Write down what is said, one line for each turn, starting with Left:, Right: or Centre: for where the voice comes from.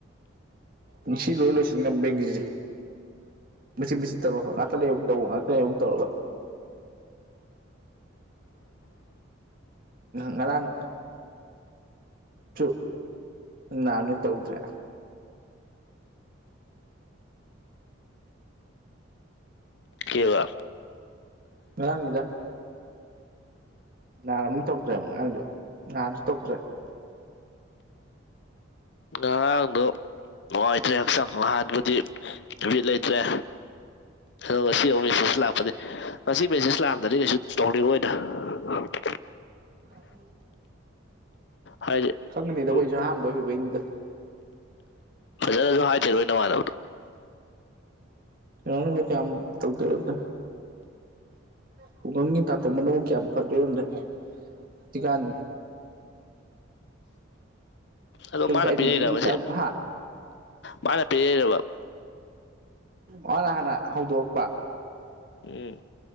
Right: ꯉꯁꯤ ꯂꯣꯏ ꯂꯣꯏꯁꯤꯟ ꯉꯝꯕ ꯌꯦꯡꯒꯤꯖꯦ ꯃꯦꯠ ꯃꯆꯤꯟ ꯇꯧꯒ ꯉꯥꯛꯇ ꯂꯩ ꯑꯃꯨꯛ ꯇꯧ ꯉꯥꯛꯇ ꯂꯩ ꯑꯃꯨ ꯇꯧꯔꯒ ꯉꯔꯥꯡ ꯁꯨ ꯅꯥꯕꯅꯤ ꯇꯧꯗ꯭ꯔꯦ
Left: ꯀꯩꯕ
Right: ꯉꯔꯥꯡꯅꯤꯗ ꯅꯥꯔꯝꯅꯤ ꯇꯧꯗ꯭ꯔꯦꯕ ꯉꯔꯥꯡꯖꯨ ꯅꯍꯥꯟꯖꯨ ꯇꯧꯗ꯭ꯔꯦ
Left: ꯉꯔꯥꯡꯗꯣ ꯅꯨꯡꯉꯥꯏꯇ꯭ꯔꯦ ꯍꯛꯆꯥꯡ ꯉꯍꯥꯟꯕꯨꯗꯤ ꯅꯨꯃꯤꯠ ꯂꯩꯇ꯭ꯔꯦ ꯑꯗꯣ ꯉꯁꯤ ꯑꯃꯨꯛ ꯃꯦꯁꯦꯁ ꯂꯥꯛꯄꯅꯦ ꯉꯁꯤ ꯃꯦꯁꯦꯖ ꯂꯥꯛꯑꯝꯗꯗꯤ ꯀꯩꯁꯨ ꯇꯧꯅꯤꯡꯉꯣꯏꯗ <unintelligible>
Right: <unintelligible>
Left: ꯍꯥꯏꯗꯤ
Right: ꯈꯪꯉꯅꯤꯗ ꯑꯩꯈꯣꯏꯁꯨ
Left: ꯎꯝ
Right: ꯑꯍꯥꯟꯕ ꯑꯣꯏꯕꯩꯅꯤꯗ
Left: ꯅꯪꯖꯄ ꯍꯥꯏꯁꯤꯔꯣ ꯅꯃꯥꯟꯅꯕꯗꯣ
Right: ꯀꯩꯅꯣꯅꯕꯨ ꯀꯌꯥꯝ ꯇꯧꯗꯣꯏ ꯅꯣꯗ ꯈꯨꯡꯒꯪꯒꯤ ꯇꯥꯇꯣꯝꯕꯅꯕꯨꯨ ꯀꯌꯥꯝ ꯐꯗꯣꯏꯅꯣꯗꯦ ꯁꯤꯀꯥꯟ
Left: ꯑꯗꯣ
Right: ꯑꯌꯨꯛꯇ
Left: ꯃꯥꯅ
Right: ꯑꯩꯅ
Left: ꯄꯤꯔꯛꯏꯔꯕꯁꯦ
Right: ꯒꯤꯔꯤ ꯇꯛ ꯍꯥ
Left: ꯃꯥꯅ ꯄꯤꯔꯛꯏꯔꯕ
Right: ꯃꯥꯅ ꯍꯥꯟꯅ ꯍꯧꯗꯣꯔꯛꯄ
Left: ꯎꯝ